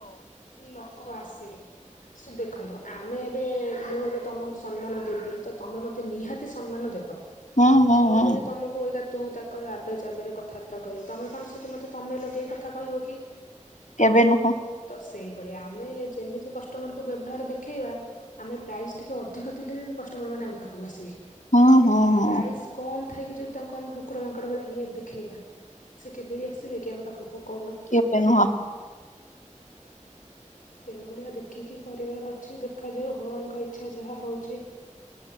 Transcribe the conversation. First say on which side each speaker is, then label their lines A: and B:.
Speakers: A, on the left; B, on the left.
A: ଲୋକ ଆସିବେ ସେ ଦେଖନ୍ତୁ ଆମେ ଏବେ ମୁଁ ଏବେ ତମକୁ ସମ୍ମାନ ଦେବି ତ ତମେ ମୋତେ ନିହାତି ସମ୍ମାନ ଦେବ।
B: ହୁଁ ହୁଁ
A: ମୁଁ
B: ହୁଁ
A: ଯଦି ତମକୁ ଆଇକା ତୁ ତାକର ଆବେ ଜାବେରେ କଥାବାର୍ତ୍ତା କରିବି ତମେ କଣ ସେଠି ମତେ ତମେ ଲଗେଇକି କଥା କହିବ କି?
B: କେବେ ନୁହଁ।
A: ତ ସେଇଭଳିଆ ଆମେ ଯେମିତି କଷ୍ଟମରକୁୁ ବ୍ୟବହାର ଦେଖେଇବା ଆମେ ପ୍ରାଇସ୍ ଟିକେ ଅଧିକ ଥିଲେ ବି କଷ୍ଟମର ମାନେ ଆମ ପାଖକୁ ଆସିବେ।
B: ହୁଁ ହୁଁ ହୁଁ
A: ପ୍ରାଇସ କମ୍ ଥାଇକି ଯଦି ତାଙ୍କୁ କୁକୁର ମାଙ୍କଡ ଭଳିଆ ବିହେବ ଦେଖେଇବା ସେ କେବେ ବି ଆସିବେ କି ଆମ ପାଖକୁ କହୁନ?
B: କେବେ ନୁହ।
A: ସେଇଭଳିଆ ଦେଖିକି କରିବାର ଅଛି ଦେଖାଯାଉ ଭଗବାନଙ୍କ ଇଚ୍ଛା ଯାହା ହଉଛି।